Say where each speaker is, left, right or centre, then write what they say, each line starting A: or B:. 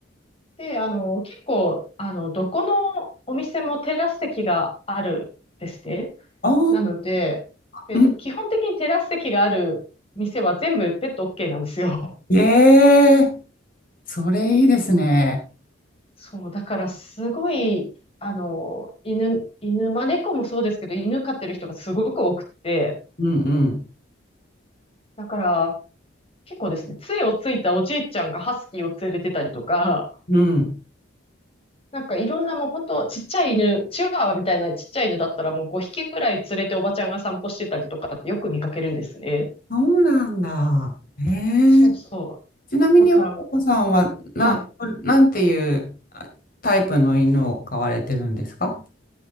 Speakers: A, on the left; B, on the left.
A: で、あの、結構、あの、どこのお店もテラス席があるんですね。
B: ああ、
A: なので、えっと基本的にテラス席がある店は全部ペット
B: うん。
A: OK なんですよ。
B: ええそれいいですね。
A: そう、だからすごい、あの、犬、犬、まあ、猫もそうですけど、犬飼ってる人がすごく多くて、
B: うんうん。
A: だから結構ですね、杖をついたおじいちゃんがハスキーを連れてたりとか、
B: うん。
A: なんかいろんなもう本当ちっちゃい犬、チワワみたいなちっちゃい犬だったらもう5匹ぐらい連れておばちゃんが散歩してたりとかよく見かけるんですね。
B: そうなんだ。ええ。
A: そうそう。
B: ちなみに、
A: だからも
B: 若子さんは、な、
A: う、はい。
B: なんていうあタイプの犬を飼われてるんですか